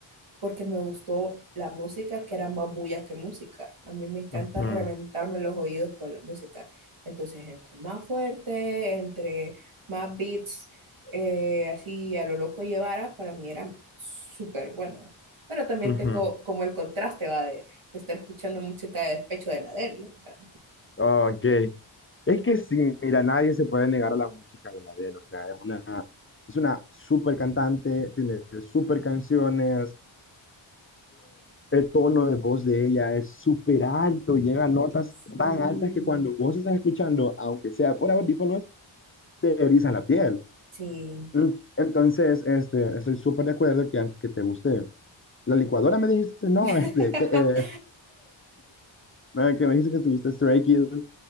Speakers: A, on the right (about 80°); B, on the left (about 25°).
A: porque me gustó la música, que era más bulla que música. A mí me encanta
B: ujú,
A: reventarme los oídos con la música. Entonces, entre más fuerte, entre más beats, eh, así a lo loco llevara, para mí era súper bueno. Pero también
B: ujú.
A: tengo como el contraste, va, de, de estar escuchando música de despecho de la Adele, ¿no? O sea,
B: Ah, Ok. Es que sí, mira, nadie se puede negar a la música de Adele, o sea, es una, es una súper cantante, tiene súper canciones, el tono de voz de ella es súper alto, llega a notas
A: sí,
B: tan altas que cuando vos estás escuchando, aunque sea por audífonos, te erizan la piel.
A: sí.
B: Mm, Entonces, este, estoy súper de acuerdo que aunque te guste la licuadora, me dijiste, no,
A: <laughs>
B: <laughs> este, que, eh, ah, que me dijiste que te gusta Stray Kids,